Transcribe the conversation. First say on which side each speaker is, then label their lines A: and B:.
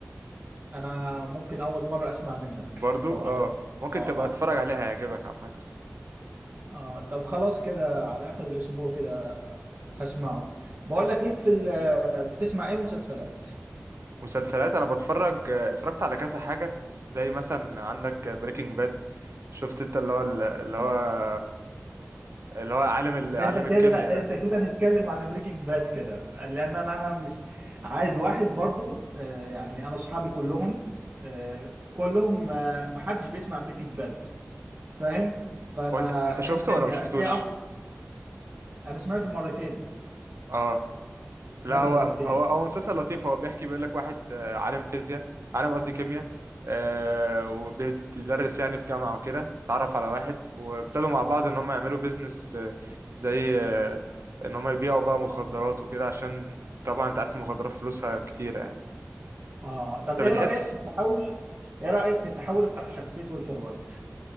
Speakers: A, on the right; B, on the right.
A: انا ممكن اول مره اسمع منك
B: برضو
A: صراحه
B: اه ممكن
A: اه
B: تبقى
A: آه.
B: تتفرج عليها هيعجبك عامه
A: اه طب خلاص كده على اخر الاسبوع كده هسمعه بقول لك ليك في ال... بتسمع ايه مسلسلات
B: مسلسلات انا بتفرج آه، اتفرجت على كذا حاجه زي مثلا عندك بريكنج باد شفت انت اللي هو اللي
A: اه
B: هو اللي هو عالم ال- عالم
A: انت
B: الكيمياء
A: كده
B: ده
A: انت كده نتكلم عن بريكنج باد كده لان انا انا مش عايز واحد برضو آه، يعني انا اصحابي كلهم آه، كلهم آه، محدش بيسمع بريكنج باد فاهم فانا
B: هو انت انت شفته
A: ايه الدنيا
B: ولا ما شفتوش
A: ايه أب... انا سمعته مرتين
B: اه
A: سمعته
B: لا هو
A: مرتين
B: هو هو مسلسل لطيف هو بيحكي بيقول لك واحد آه، عالم فيزياء عالم قصدي كيمياء آه، وبيدرس يعني في جامعة وكده اتعرف على واحد وابتدوا مع بعض ان هم يعملوا بيزنس آه، زي آه، ان هم يبيعوا بقى مخدرات وكده عشان طبعا انت عارف المخدرات فلوسها كتيرة يعني
A: اه طب
B: انت بتحس
A: ايه رايك في التحول ايه رايك في التحول بتاع شخصيه والتر وايت